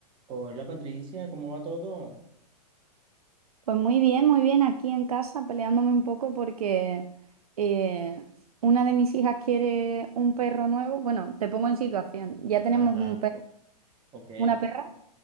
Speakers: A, on the right (about 25°); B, on the right (about 60°).
A: Hola Patricia, ¿cómo va todo?
B: Pues muy bien, muy bien, aquí en casa peleándome un poco porque eh, una de mis hijas quiere un perro nuevo. Bueno, te pongo en situación. Ya tenemos
A: Ajá,
B: un perro,
A: ok,
B: una perra